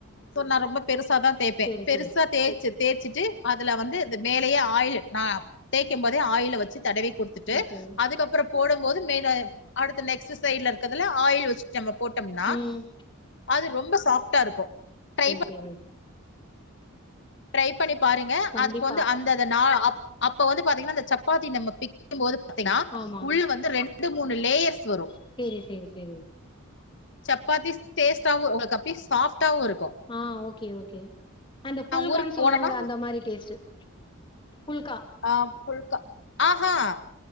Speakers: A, on the left; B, on the left.
A: சோ நா ரொம்ப பெருசா தா தேய்ப்பே
B: செரி
A: பெருசா
B: செரி
A: தேய்ச்சு தேய்ச்சிட்டு அதுல வந்து இந்த மேலயே ஆயில் நா தேய்கும் போதே ஆயில் வச்சு தடவி ட்டு
B: ஓகே
A: அதுக்கப்புறோ போடும் போது மெயின் அடுத்த நெக்ஸ்ட் சைட்ல இருக்கிறதுல ஆயில் வச்சு ட்டு நம்ம போட்டோம்னா
B: ம்
A: அது ரொம்ப சாஃப்டா இருக்கோ ட்ரை பண்
B: இரூ
A: ட்ரை பண்ணி பாருங்க
B: கண்டிப்பா
A: அதுக்கு வந்து அந்தத நா அப்ப அப்ப வந்து பாத்தீங்கன்னா அந்த சப்பாத்தி நம்ப பிக் டைக்கு போது பாத்தீங்கன்னா
B: ஆமா
A: உள்ள வந்து ரெண்டு மூணு லேயர்ஸ் வரூ
B: சோர் சேர் செரி
A: சப்பாத்தி டேஸ்ட்டாவூ உங்களுக்கு அப்டியே சாஃப்டாவூ இருக்கூ
B: ஆ ஓகே ஓகே அந்த ஃபுல்கான்னு
A: ஊருக்கு
B: சொல்லுவாங்க
A: போனேன்னா
B: அந்த மாரி டேஸ்ட்டு ஃபுல்கா
A: ஆ ஃபுல்கா ஹ ஹாங்